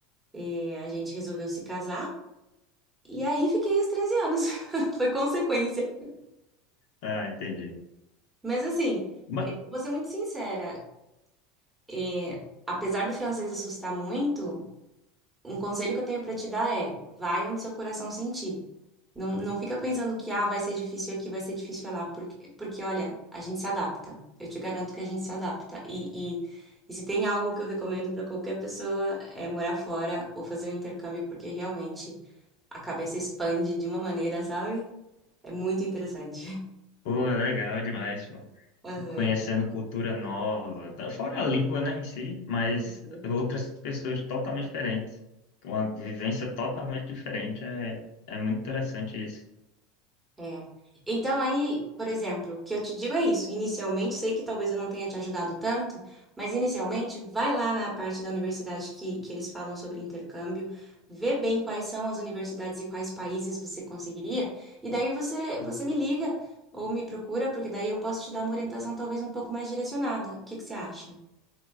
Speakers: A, in the centre; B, on the left.
A: é, a gente resolveu se casar. E aí fiquei os 13 anos. <laughs> Foi consequência.
B: Ah, entendi.
A: Mas assim,
B: Ba-
A: eh, vou ser muito sincera, eh, apesar do francês assustar muito. um conselho que eu tenho pra te dar é: vai onde seu coração sentir. Não, não fica pensando que ah, vai ser difícil aqui, vai ser difícil lá, porque, porque olha, a gente se adapta. Eu te garanto que a gente se adapta. E, e, e se tem algo que eu recomendo pra qualquer pessoa é morar fora ou fazer um intercâmbio, porque realmente a cabeça expande de uma maneira, sabe? É muito interessante.
B: Pô, é legal demais, pô.
A: <laughs>
B: Conhecendo cultura nova, tá? Fora a língua, né, em si, mas
A: Aham.
B: outras pessoas totalmente diferentes, uma vivência totalmente diferente, é, é muito interessante isso.
A: É. Então aí, por exemplo, o que eu te digo é isso. Inicialmente, sei que talvez eu não tenha te ajudado tanto, mas inicialmente, vai lá na parte da universidade que, que eles falam sobre intercâmbio, vê bem quais são as universidades e quais países você conseguiria, e daí você, você me liga ou me procura, porque daí eu posso te dar uma orientação talvez um pouco mais direcionada. O que que você acha?